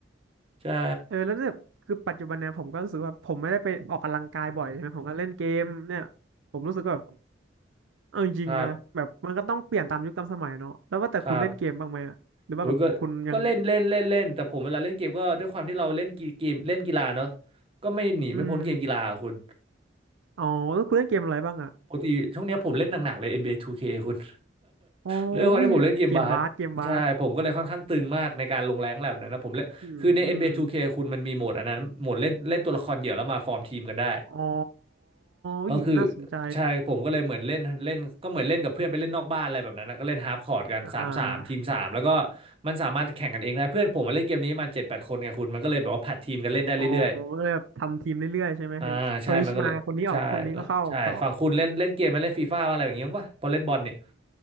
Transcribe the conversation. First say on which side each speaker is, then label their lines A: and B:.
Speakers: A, on the right (about 30°); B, on the right (about 75°).
A: <laughs> ใช่
B: เออแล้วแบบคือปัจจุบันเนี่ยผมก็รู้สึกว่าผมไม่ได้ไปออกกำลังกายบ่อยใช่ไหมผมก็เล่นเกมเนี่ยผมรู้สึกว่าแบบ เอาจริงๆนะแบบมันก็ต้องเปลี่ยนตามยุคตามสมัยเนาะแล้วว่าแต่คุณเล่นเกมบ้างไหมอะหรือว่าแบบคุณยัง
A: ครับครับ โอ้ยก็ก็เล่นเล่นเล่นเล่นแต่ผมเวลาเล่นเกมก็ด้วยความที่เราเล่นกีเกมเล่นกีฬาเนอะก็ไม่หนีไม่พ้นเกมกีฬาอะคุณ
B: อืมอ๋อแล้วคุณเล่นเกมอะไรบ้างอะ
A: ปกติช่วงเนี้ยผมเล่นหนักๆเลย NBA 2K คคุณ
B: อ๋ออุ๊ยเกมบาสเกมบาส
A: <laughs> ด้วยความที่ผมเล่นเกมบาสใช่ผมก็เลยค่อนข้างตึงมากในการลงแรงแบบนั้นนะผมเล่นคือใน
B: อืม
A: NBA 2K คคุณมันมีโหมดอันนั้นโหมดเล่นเล่นตัวละครเดี่ยวแล้วมาฟอร์มทีมกันได้
B: อ๋ออุ๊ยน่าสนใจ
A: ก็คือใช่ผมก็เลยเหมือนเล่นเล่นก็เหมือนเล่นกับเพื่อนไปเล่นนอกบ้านอะไรแบบนั้นนะก็เล่นฮาร์ปคอร์ดกันสามสามทีมสามแล้วก็
B: อ่า
A: มันสามารถแข่งกันเองได้เพื่อนผมมาเล่นเกมนี้มาเจ็ดแปดคนไงคุณมันก็เลยแบบว่าผัดทีมกันเล่นได้เรื่อย
B: อ๋อก็เลยแบบทำทีมเรื่อยๆใช่ไหมคือสวิชมาคนนี้ออกคนนี้ก็เข้าต่อ
A: ๆอ่าใช่มันก็เลยใช่แล้วใช่ฝั่งคุณเล่นเล่นเกมมาเล่นฟีฟ่าอะไรอย่างเงี้ยป่ะพอเล่นบอลนี่